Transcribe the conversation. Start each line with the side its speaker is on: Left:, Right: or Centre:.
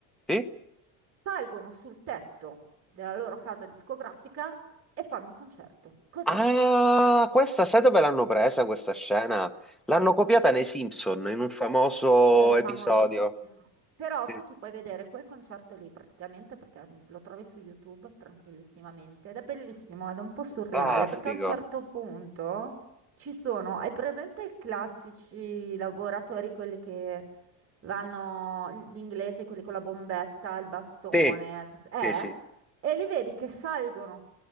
Centre: Sì?
Right: salgono sul tetto della loro casa discografica e fanno un concerto. Così.
Centre: Ah, questa, sai dove l'hanno presa questa scena? L'hanno copiata nei Simpson in un famoso
Right: È famosissimo.
Centre: episodio.
Right: Però
Centre: Sì.
Right: tu ti puoi vedere quel concerto lì praticamente perché mm, lo trovi su YouTube tranquillissimamente ed è bellissimo ed è un po' surreale
Centre: Fantastico.
Right: perché a un certo punto ci sono, hai presente i classici lavoratori, quelli che vanno, gli inglesi, quelli con la bombetta, il bastone,
Centre: Sì,
Right: eh?
Centre: sì, sì.
Right: E li vedi che salgono